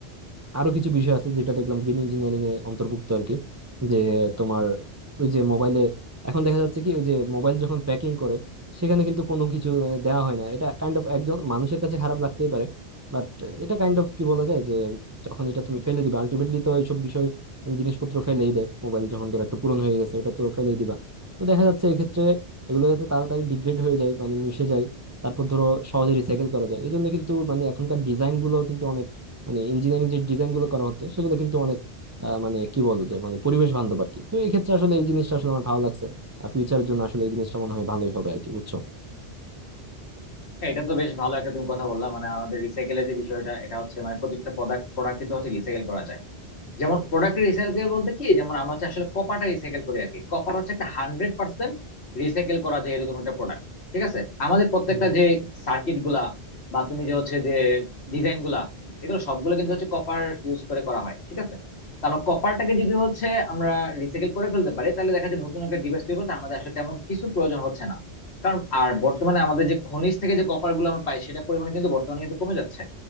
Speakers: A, on the right; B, on the left.
A: আরো কিছু বিষয় আছে যেটা দেখলাম গ্রিন ইঞ্জিনিয়ারিং এ অন্তর্ভুক্ত আর কি যে তোমার ওই যে মোবাইলে এখন দেখা যাচ্ছে কি ওই যে মোবাইল যখন প্যাকিং করে সেখানে কিন্তু কোনো কিছু মানে দেওয়া হয় না এটা কাইন্ড অফ একজন মানুষের কাছে খারাপ লাগতেই পারে বাট এটা কাইন্ড অফ কি বলা যায় যে যখন এটা তুমি ফেলে দিবা আলটিমেটলি তো এইসব বিষয় জিনিসপত্র ফেলেই দেয় মোবাইল যখন ধরো একটু পুরনো হয়ে গেছে ওটা তো ফেলেই দিবা তো দেখা যাচ্ছে এক্ষেত্রে এগুলো যাতে তাড়াতাড়ি ডিগ্রেড হয়ে যায় মানে মিশে যায় তারপর ধরো সহজে রিসাইকেল করা যায় এই জন্য কিন্তু মানে এখনকার ডিজাইন গুলো কিন্তু অনেক মানে ইঞ্জিনিয়ারিং যে ডিজাইন গুলো করা হচ্ছে সেগুলো কিন্তু অনেক আহ, মানে কি বলবো যে মানে পরিবেশ বান্ধব আর কি তো এই ক্ষেত্রে আসলে এই জিনিসটা আসলে আমার ভালো লাগছে আর ফিউচারের জন্য আসলে এই জিনিসটা মনে হয় ভালোই হবে আর কি বুঝছো
B: হ্যাঁ এটা তো বেশ ভালো একটা তুমি কথা বললা মানে আমাদের রিসাইকেলের যে বিষয়টা এটা হচ্ছে মানে প্রত্যেকটা প্রোডাক্ট প্রোডাক্ট কিন্তু হচ্ছে রিসাইকেল করা যায় যেমন প্রোডাক্ট রিসাইকেল বলতে কি যেমন আমরা হচ্ছে আসলে কপারটা রিসাইকেল করি আর কি কপার হচ্ছে একটা হান্ড্রেড পার্সেন্ট রিসাইকেল করা যায় এরকম একটা প্রোডাক্ট ঠিক আছে আমাদের প্রত্যেকটা
A: হুম
B: যে সার্কিট গুলা বা তুমি যে হচ্ছে যে ডিজাইন গুলা এগুলো সবগুলো কিন্তু হচ্ছে কপার ইউজ করে করা হয় ঠিক আছে তো আমরা কপারটাকে যদি হচ্ছে আমরা রিসাইকেল করে ফেলতে পারি তাহলে দেখা যায় নতুন একটা ডিভাইস তৈরি করতে আমাদের আসলে তেমন কিছু প্রয়োজন হচ্ছে না কারণ আর বর্তমানে আমাদের যে খনিজ থেকে যে কপার গুলো আমরা পাই সেটা পরিমাণে কিন্তু বর্তমানে কিন্তু কমে যাচ্ছে